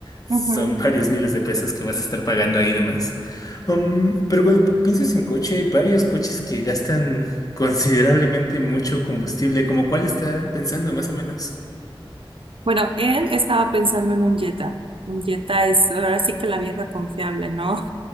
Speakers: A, on the left; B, on the right.
A: Son
B: Ujú.
A: <laughs> varios miles de pesos que vas a estar pagando ahí de más. Um, pero cuando piensas en coche, hay varios coches que gastan <laughs> considerablemente mucho combustible. ¿Como cuál está pensando más o menos?
B: Bueno, él estaba pensando en un Jetta. Un Jetta es ahora sí que la vieja confiable, ¿no?